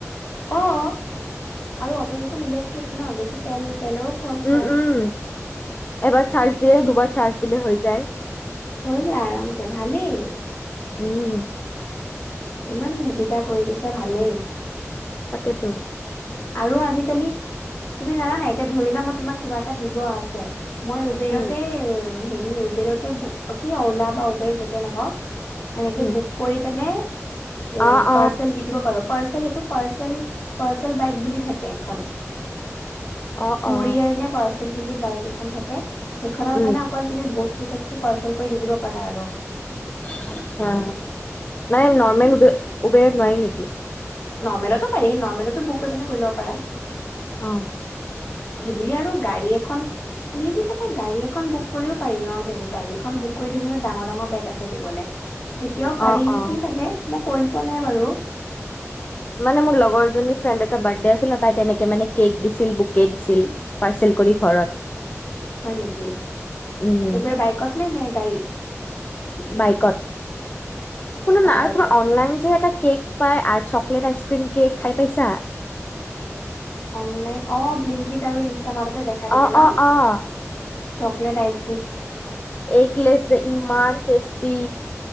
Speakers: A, on the left; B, on the left.
A: অ আৰু অটকেইখন ইলেক্ট্ৰিক ন বেছি তেল তেলৰো খৰচ
B: উম
A: নাই
B: উম এবাৰ চাৰ্জ দিলে দুবাৰ চাৰ্জ দিলে হৈ যায়
A: হৈ যায় আৰামছে ভালেই
B: উম
A: ইমান সুবিধা কৰি দিছে ভালেই।
B: তাকে টো
A: আৰু আজিকালি তুমি জানা নাই এতিয়া ধৰি লোৱা মই তোমাক কিবা এটা দিব আছে মই উবেৰতে
B: উম
A: হেৰি উবেৰতে কি অলা বা উবেৰ যতে নহওক এনেকে
B: উম
A: বুক কৰি পিনে এ
B: অ অ
A: পাৰ্চেল দি দিব পাৰো পাৰ্চেল সেইটো পাৰ্চেল পাৰ্চেল বাইক বুলি থাকে এখন
B: অ
A: কুৰিয়াৰ
B: অ
A: নে পাৰ্চেল বুলি বাইক এখন থাকে সেইখনত
B: উম
A: মানে অকল তুমি বস্তু বস্তু চষ্টো পাৰ্চেল কৰি দি দিব। পাৰা আৰু
B: হা নাই নৰ্মেল উবে উবেৰত নোৱাৰি নেকি?
A: নৰ্মেলতো পাৰি নৰ্মেলতো বুক কৰি পিনে কৰি ল'ব পাৰা।
B: অ
A: সেইবুলিয়ে আৰু গাড়ী এখন মে বি চাগে গাড়ী এখন বুক কৰিব পাৰি অ চাগে গাড়ীখন বুক কৰি থৈছে ডাঙৰ ডাঙৰ বেগ আছে দিবলে তেতিয়াও পাৰি
B: অ
A: নেকি
B: অ
A: চাগে মই কৰি পোৱা নাই বাৰু
B: মানে মোৰ লগৰজনী ফ্ৰেণ্ড এটা বাৰ্থডে আছিল ন তাই তেনেকে মানে কেক দিছিল বুকে দিছিল। পাৰ্চেল কৰি ঘৰত।
A: হয় নেকি
B: উম
A: উবেৰ বাইকত নে নে গাড়ীত।
B: বাইকত শুনা
A: অ
B: না আৰু
A: বাইকত
B: তোমাৰ অনলাইন যে এটা কেক পাই আৰু চকলেট আইচ ক্ৰীম কেক খাই পাইছা
A: অনলাইন অ ব্লিংকিত আৰু ইনষ্টামাৰটতে দেখাই থাকে
B: অ',
A: ন
B: অ', অ',
A: চকলেট আইচ
B: এগ লেছ যে ইমান টেষ্টি